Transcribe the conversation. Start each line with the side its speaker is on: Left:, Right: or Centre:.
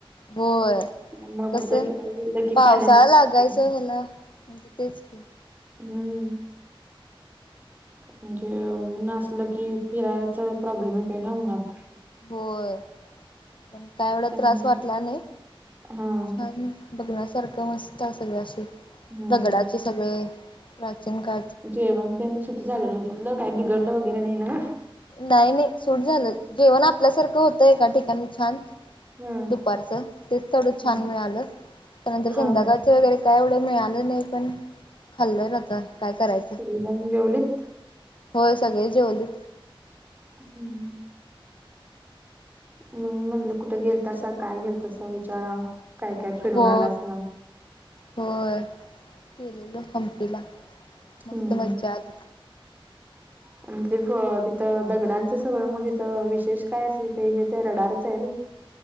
Left: होय,
Right: त्यामुळे
Left: कस
Right: कुठेतरी फिरायला गेलं की
Left: पावसाळा
Right: पाण्याचा
Left: लागायच त ह्याला म्हणजे तेच की.
Right: हम्म म्हणजे उन असलं की फिरायच प्रॉब्लेम येतय ना उन्हात.
Left: होय, पण काय एवढा
Right: त्यामुळे
Left: त्रास वाटला नाही,
Right: हां.
Left: छान बघण्यासारखं मस्त अस सगळ अस
Right: हं,
Left: दगडाचे
Right: हं.
Left: सगळे प्राचीन काळ
Right: जेवण तेन सुट झालं न्हवं तिथलं, काय बिघडलं वगैरे नाही ना.
Left: नाही नाही सूट झालं जेवण आपल्यासारखं होतय एका ठिकाणी छान.
Right: हं,
Left: दुपारच तेच तेवढं
Right: हं.
Left: छान मिळालं, त्यानंतर संध्याकाळच
Right: हां, हां.
Left: वगैरे काय एवढं मिळालं नाही पण खाल्लं आता काय कराय
Right: सगळीजण जेवलीत?
Left: होय, सगळळी जेवलीत.
Right: हम्, मग म्हणलं कुठे गेलतासा काय घेलतासा विचारावं. काय काय फिरून
Left: हो
Right: आलासा.
Left: होय. गेलेलो हंपीला. मस्त
Right: हम्म,
Left: मज्जा आली
Right: <unintelligible> तिथं दगडांचं सगळं मग तिथं विशेष काय असं ते हेच आहे रडारचं आहे व्हय.